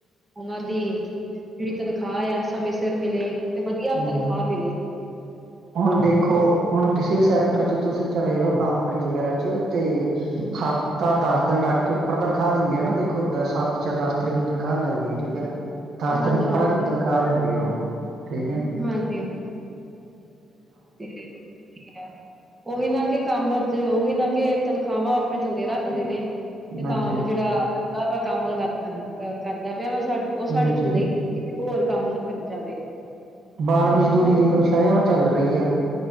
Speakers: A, on the right; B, on the right.
A: ਓਨਾਂ ਦੀ ਜੇਹੜੀ ਤਨਖਾਹ ਆ ਸਮੇਂ ਸਿਰ ਮਿਲੇ। ਤੇ ਵਧੀਆ
B: ਹੂੰ,
A: ਤਨਖਾਹ ਮਿਲੇ
B: ਹੁਣ ਦੇਖੋ ਹੁਣ ਕਿਸੇ ਵੀ ਸੈਕਟਰ ਚ ਤੁਸੀਂ ਚਲੇ ਜਾਓ ਕੰਪਨੀ ਵਗੈਰਾ ਚ ਤੇ ਹਫ, ਤਾਂ ਦਸ ਦਿਨ ਰੱਖ ਕੇ ਉੱਪਰ ਤਨਖਾਹ ਦਿੰਦੇ ਆ ਨਾ ਦੇਖੋ ਦ ਸੱਤ ਜਾਂ ਦਸ ਤਰੀਕ ਨੂੰ ਤਨਖਾਹ ਮਿਲਦੀ ਆ ਠੀਕ ਆ। ਦਸ
A: ਹਾਂਜੀ
B: ਦਿਨ
A: ਹਾਂਜੀ
B: ਪਰ ਇੱਕ ਤਨਖਾਹ ਦਿੰਦੇ ਆ ਉਹ ਠੀਕ ਆ।
A: ਹਾਂਜੀ <unintelligible> ਉਹੀ ਨਾ ਕੇ ਕੰਮ ਚ ਉਹੀ ਨਾ ਕੇ ਤਨਖਾਹਾਂ ਆਪਣੇ ਥੱਲੇ ਰੱਖਦੇ ਨੇ। ਤੇ
B: ਹਾਂਜੀ।
A: ਤਾਂ ਵੀ ਜੇਹੜਾ ਕਰਦਾ ਪਯਾ ਕੰਮ ਅਲੱਗ ਕਰਦਾ ਪਿਆ ਵਾ ਸਾ ਓ ਸਾਡੇ
B: ਹਾਂਜੀ
A: ਥੱਲੇ ਹੋਰ ਕੰਮ ਨਾ ਕਰ ਜਾਵੇ।
B: ਬਾਲ ਮਜ਼ਦੂਰੀ
A: ਉਹ
B: ਦੇਖ ਲੋ ਸ਼ਰੇਆਮ ਚੱਲ ਰਹੀ ਆ।